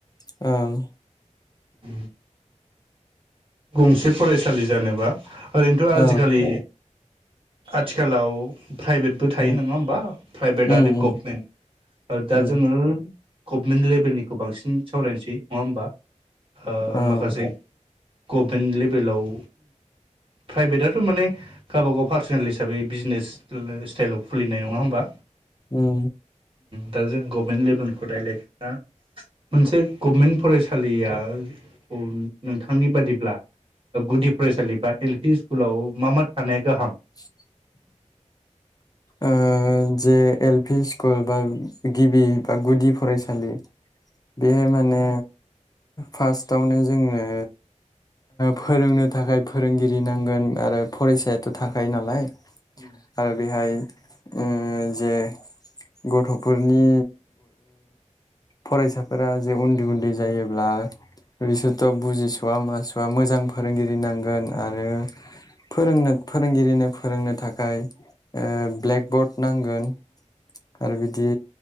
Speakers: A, on the left; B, on the right.
A: औ
B: उम गंसे फरायसालि जानोबा ओरैनोथ' आजिखालि
A: ओं
B: आथिखालाव प्राइभेटबो थायो
A: उम
B: नोङा होमबा? प्राइभेट
A: उम
B: आरो गभमेन्ट आरो दा
A: उम
B: जोङो गभमेन्ट लेभेलनिखौ बांसिन सावरायनोसै नङा होमबा? ओ
A: ओं
B: माखासे गभमेन्ट लेभेलाव प्राइभेटआथ' माने गावबागाव पार्सनेल हिसाबै बिजनेस स्टाइलाव खुलिनाय नङा होमबा?
A: उम
B: दा जों गभमेन्ट लेभेलखौ रायजलायगोना मोनसे गभमेन्ट फरायसालिया ओ नोंथांनि बादि ब्ला गुदि फरायसालि बा एल पि स्कुलाव मा मा थानाया गाहाम?
A: <inaudible> ओ जे एल पि स्कुल बा गिबि बा गुदि फरायसालि बेहाय माने फार्स्टआवनो जोंनो फोरोंनो थाखाय फोरोंगिरि नांगोन आरो फरायसायाथ' थाखायो नालाय
B: होम
A: आरो बेहाय ओ जे गथ'फोरनि फरायसाफोरा जे उन्दै उन्दै जायोब्ला बिसोरथ' बुजिस'वा मास'वा मोजां फोरोंगिरि नांगोन आरो फोरोंनो फोरोंगिरिनो फोरोंनो थाखाय ओ ब्लेकबर्ड नांगोन आरो बिदि